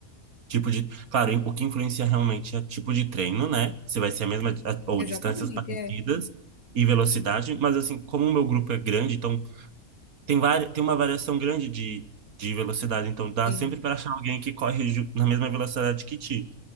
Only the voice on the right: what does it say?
tipo de. Claro, o que influencia realmente é tipo de treino, né? Se vai ser a mesma, a- ou
distâncias parecidas
e velocidade, mas assim, como o meu grupo é grande, então tem, vari, tem uma variação grande de, de velocidade, então dá
sempre para achar alguém que corre ju- na mesma velocidade que ti.